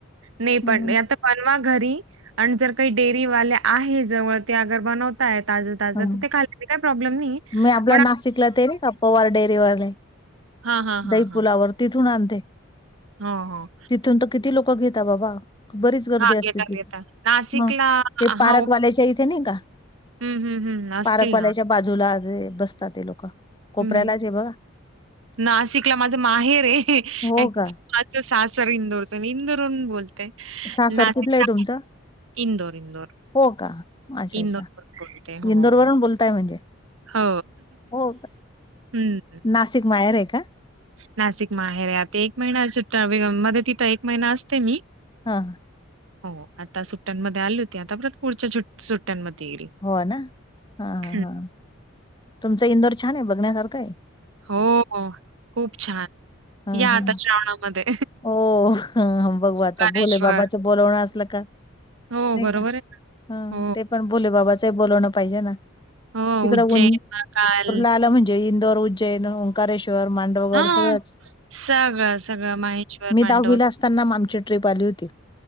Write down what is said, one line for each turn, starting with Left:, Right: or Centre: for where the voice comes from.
Right: नाही
Left: हं
Right: पण आता. पनवा घरी आणि जर काही डेअरी वाल्या आहे जवळ ते अगर बनवत. ता ता
Left: हं.
Right: खा का प्रॉब्लेम नाही
Left: मी आपल्या
Right: पण.
Left: नाशिकला ते नाही का पवार डेअरीवाले
Right: हां हां हां
Left: दही
Right: हन.
Left: पुलावर तिथून आणते.
Right: हो हो.
Left: तिथून तर किती लोकं घेता बाबा. बरीच गर्दी
Right: हां
Left: असते
Right: येतात
Left: तिथ,
Right: येतात नाशिकला
Left: हं ते
Right: हां
Left: पारकवाल्याच्या इथे नाही का?
Right: हम्म हम्म हम्म. असतील
Left: पारकवाल्या्याच्या
Right: ना
Left: बाजूला जे बसता ते लोकं कोपऱ्यालाच
Right: हम्म,
Left: आहे बघा.
Right: नासिकला माझ माहेर ये
Left: हो
Right: हं
Left: का?
Right: आच सासर इंदूरच, मी इंदूर बोल ते,
Left: सासर
Right: नासिक
Left: कुठलं आहे
Right: <unintelligible>
Left: तुमचं?
Right: इंदोर इंदोर.
Left: हो का? अच्छा
Right: इंदोरवरून
Left: अच्छा,
Right: बोलते. हो.
Left: इंदोर वरून बोलताय म्हणजे,
Right: हो.
Left: हो का?
Right: हं.
Left: नासिक माहेर ये का?
Right: नासिक माहेर ये, आता एक महिना सुट्या मध्ये तिथं एक महिना असते मी.
Left: हां.
Right: हो आता सुट्ट्यांमध्ये आली होती, आता परत पुढच्या चू-सुट्ट्यांमध्ये येईल.
Left: हो ना, हा हा
Right: हं.
Left: हां. तुमचं इंदोर छान ये, बघण्यासारखं ये.
Right: हो हॊ खूप छान.
Left: हं
Right: या
Left: हं
Right: आता श्रावणामध्ये.
Left: हो ह बघू
Right: ओंकारेश्वर.
Left: आता, भोले बाबाचं बोलवणं असलं का.
Right: हो,
Left: नही
Right: बरोबर
Left: का?
Right: आहे ना.
Left: हा
Right: हो,
Left: ते पण बोले बाबाचं बोलवणं पाहिजे ना,
Right: हो.
Left: तिकड
Right: उज्जैन,
Left: उं
Right: महाकाल.
Left: आलं म्हणजे इंदोर, उज्जैन, ओंकारेश्वर मा धवडच
Right: हां.
Left: सगळंच,
Right: सगळं, सगळं माहेश्वर,
Left: मी
Right: मांडव
Left: दहावीला असताना आमची ट्रिप आली होती.